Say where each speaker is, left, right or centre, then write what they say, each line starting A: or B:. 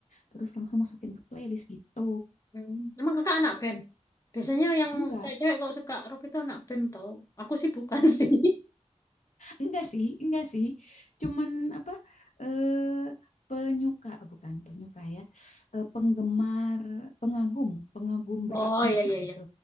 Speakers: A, on the left (about 70°); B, on the left (about 25°).
A: terus langsung masukin ke playlist gitu.
B: Hmm, Emang kakak anak band? Biasanya yang
A: Enggak,
B: cewek-cewek kalau suka rock itu anak band tau. Aku sih bukan <laughs> sih.
A: enggak sih, enggak sih. Cuman apa, eh, penyuka, ah, bukan penyuka ya, eh, penggemar, pengagum, pengagum berat
B: Oh iya
A: musik
B: iya
A: gitu.
B: iya.